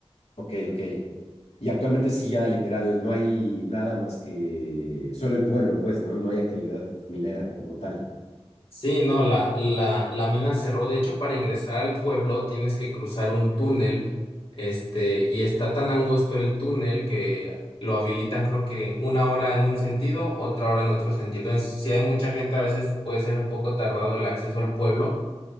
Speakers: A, on the left; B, on the left.
A: Ok, ok. Y actualmente sí, ya literal, no hay nada más que solo el pueblo, pues, ¿no? No hay actividad minera como tal.
B: Sí, no, la, la, la mina cerró. De hecho, para ingresar al pueblo tienes que cruzar un túnel, este, y está tan angosto el túnel que lo habilitan, creo que una hora en un sentido, otra hora en otro sentido. Entonces, si hay mucha gente, a veces puede ser un poco tardado el acceso al pueblo.